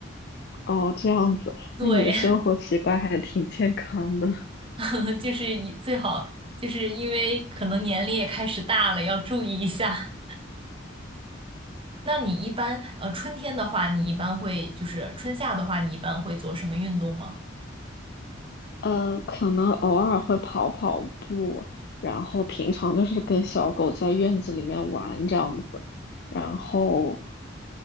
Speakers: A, on the left (about 55°); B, on the right (about 30°).
A: 哦，这样子，
B: 对，
A: 那你的生活习惯还挺健康的。<laughs>
B: <laughs> 就是以最好就是因为可能年龄也开始大了，要注意一下。那你一般呃春天的话，你一般会就是春夏的话，你一般会做什么运动吗？
A: 呃，可能偶尔会跑跑步，然后平常就是跟小狗在院子里面玩这样子，然后